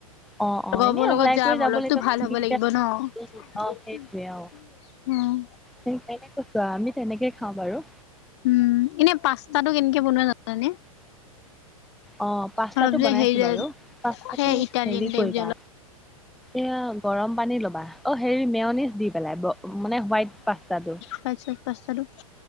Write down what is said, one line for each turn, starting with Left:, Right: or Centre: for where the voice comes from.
Centre: অ', অ',
Left: লগৰবোৰৰ
Centre: এনেই
Left: লগত
Centre: ওলাই
Left: যাম,
Centre: কৰি যাব
Left: অলপতো
Centre: লাগিব
Left: ভাল
Centre: তুমি
Left: হ'ব
Centre: এতিয়া
Left: লাগিব ন'।
Centre: অ', সেইটোৱে অ'।
Left: উম।
Centre: <unintelligible> আমি তেনেকে খাওঁ বাৰু।
Left: উম, এনে পাস্তাটো কেনেকে বনোৱা জানানে?
Centre: অ', পাস্তাটো
Left: অলপ যে
Centre: বনাইছোঁ
Left: হেৰি যে
Centre: বাৰু পাস্তাটো
Left: সেই ইটালিয়ান
Centre: হেৰি
Left: টাইপ
Centre: কৰিবা
Left: যে অলপ
Centre: এয়া গৰম পানী ল'বা, অ হেৰি মেওনিজ দি পেলাই মানে হোৱাইট পাস্তাটো।
Left: তাছত পাস্তাটো